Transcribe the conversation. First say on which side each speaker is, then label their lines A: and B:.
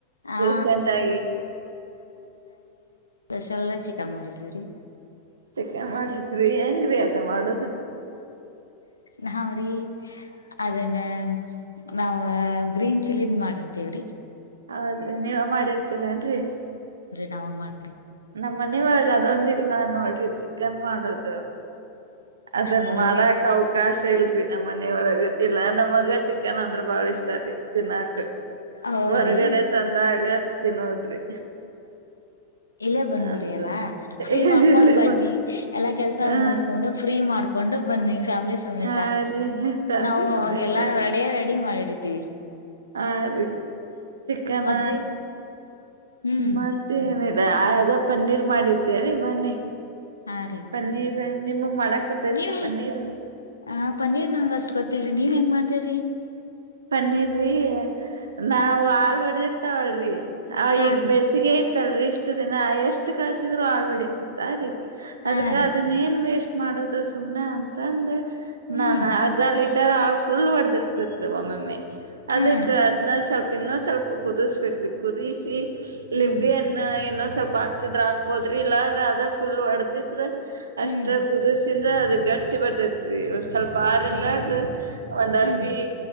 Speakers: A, on the left; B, on the right.
A: ಆ
B: ರೀಸೆಂಟ್ ಆಗಿ.
A: ಸ್ಪಷಲ್ಲ ಚಿಕನ್ ಮಾಡಿಧ್ವಿರೀ.
B: ಚಿಕ್ಕನ್ ಮಾಡಿದ್ರಿ ಹೆಂಗ್ರಿ. <unintelligible> ಮಾಡೋದು.
A: ನಾವ್ರಿ ಅದನ್ನ ನಾವ್ ಗ್ರೀನ್ ಚಿಲ್ಲಿದ್ ಮಾಡಿರ್ತೇವ್ರಿ.
B: ಹೌದ್ರಿ ನೀವು. ಮಾಡಿರ್ತೀರನ್ರಿ.
A: ನವು ಮಾಡ್.
B: ನಮ್ಮ್ ಮನಿ ಒಳಗ ಅದೊಂದ ಇಲ್ ನ ನೋಡ್ರಿ ಚಿಕನ್ ಮಾಡೋದ್. <unintelligible> ಅದನ್
A: ಹೌದ್ರಿ
B: ಮಾಡಾಕ್ ಅವಕಾಶ ಇಲ್ರಿ ನಮ್ಮ್ ಮನೆಯೊಳಗ ಇಲ್ಲಾ ನಮಗ್. ಈಗ ಚಿಕನ್ ಅಂದ್ರೆ ಬಾಳ ಇಷ್ಟ ರೀ. ತಿನ್ನಾಕ
A: ಹೌದ್ರಿ
B: ಹೊರಗಡೆ ತಂದಾಗ. ತಿನ್ನೋದ್ರಿ.
A: ಇಲ್ಲೇ ಬಂದ್ಬಿಡಿ
B: ಅಂದ್ರ
A: ಅಲ್ಲಾ ಫ್ರೀ
B: ಹೇಳಿ
A: ಮಾಡ್ಕೊಂಡ್ ಬನ್ನಿ
B: ಬ
A: ಎಲ್ಲಾ ಕೆಲ್ಸ
B: ಹ
A: ಮುಗಿಸಕೊಂಡು ಫ್ರೀ ಮಾಡ್ಕೊ ಕೊಂಡೋಗ್ ಬನ್ನಿ. ಫ್ಯಾಮಿಲಿ ಸಮೇತ
B: ಹಾ ರೀ ಫ್ಯಾಮಿಲಿ
A: ನಾವು
B: ಸಮೇತ
A: ಅವಾಗೆಲ್ಲ ರೆಡ ರೆಡಿ ಮಾಡಿ ಪ್ರೀತಿ.
B: ಹ ರೀ ಚಿಕನ
A: ಮತ್ರಿ ಹ್ಮ್
B: ಮತ್ತೇನಿಲ್ಲ್. ಅದ ಪನ್ನೀರ್ ಮಾಡಿದ್ದೇರಿ ಮೊನ್ನೆ.
A: ಹಾ ರೀ
B: ಪನ್ನೀರ್ ನಿಮಗ್ ಮಾಡಾಕ್ ಬರ್ತೈತ್ರಿ
A: ನೀವ
B: ಪನ್ನೀರ್
A: ಆ ಪನ್ನೀರ್ ನಂಗ ಅಷ್ಟ್ ಗೊತ್ತಿಲ್ರಿ ನೀವ ಹೆಂಗ್ ಮಾಡ್ ತಿರಿ.
B: ಪನ್ನಿರ್ ರಿ. ನಾವು ಆಲ್ವಡೀರ್. ತಗಳ್ರಿ. ಹ
A: ಹಾ
B: ಈಗ
A: ರೀ
B: ಬೇಸಿಗೆಇತ್ತಲ್ರಿ ಇಷ್ಟ. ಇಷ್ಟುದಿನ ಎಷ್ಟು ಕಾಸಿದ್ರು ಹಲ್ವಾಡಿತಿತ್ತ ರೀ.
A: ಹಾ
B: ಅದಕ್ಕ
A: ರೀ
B: ಅದನೇನ್ ವೇಷ್ಟ. ಮಾಡೋದು ಸುಮ್ನೆ ಅಂತ ಅಂದ.
A: ಹ್ಮ್
B: ನಾನಾ ಅರ್ಧ ಲೀ ಟರ್ ಹಾಲ್ ಫುಲ್ ಒಡ್ಡರ್. ತ ಒಮ್ಮೊಮ್ಮೆ ಅದಕ್ಕೆ
A: ಹಾ
B: ಅದನ್ನ ಸ್ವಲ್ಪ. ಇನ್ನ ಸ್ವಲ್ಪ ಕುದಿಸ್ಬೇಕ್ ರಿ ಕುದಿಸಿ.
A: ಹ್ಮ್
B: ಲಿಂಬಿಯ್ಣ ಇನ್ನ. ಸ್ವಲ್ಪ ಆಕ್ತಿದ್ರ ಆಕ್ಬೋದ್ರಿ ಇಲ್ಲಾ ಅದ ಫುಲ್ ಹೊಡದಿದ್ದರೆ. ಅಷ್ಟ
A: ಹ್ಮ್
B: ಕುದಸಿಂದ್ರ ಅದು ಗಟ್ಟಿ ಗಟ್ಟಿ ಬರ್ತೈತ್ರಿ ಸ್ವಲ್ಪ ಆರಿಂದಾಗ. ಒಂದ್
A: ಹ್ಮ್
B: ಅರ್ಪಿ.